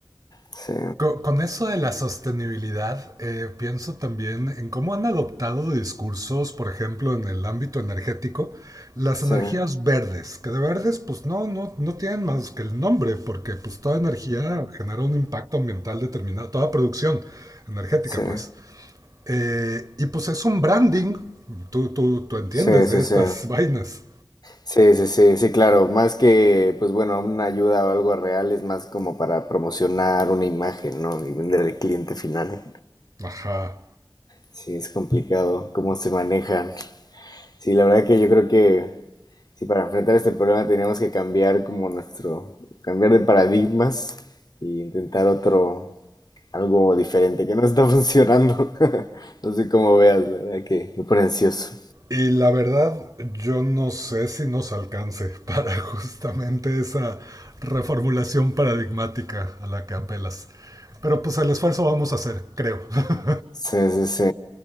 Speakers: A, on the left; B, on the right.
A: Sí,
B: Co- Con eso de la sostenibilidad, eh, pienso también en cómo han adoptado discursos, por ejemplo, en el ámbito energético, las
A: sí.
B: energías verdes, que de verdes pues no, no, no tienen más que el nombre, porque pues toda energía genera un impacto ambiental determinado, toda producción energética
A: Sí,
B: pues. Eh, y pues es un branding, tú, tú, tú entiendes
A: sí,
B: de
A: sí,
B: estas
A: sí.
B: vainas.
A: Sí, sí, sí, sí, claro. Más que, pues bueno, una ayuda o algo real es más como para promocionar una imagen, ¿no? Y vender al cliente final.
B: Ajá.
A: Sí, es complicado cómo se manejan. Sí, la verdad que yo creo que sí, para enfrentar este problema tenemos que cambiar como nuestro, cambiar de paradigmas e intentar otro, algo diferente que no está <laughs> funcionando. <laughs> No sé cómo veas, la verdad que me pone ansioso.
B: Y la verdad, yo no sé si nos alcance para <laughs> justamente esa reformulación paradigmática a la que apelas. Pero pues el esfuerzo vamos a hacer, creo. <laughs>
A: Sí, sí, sí.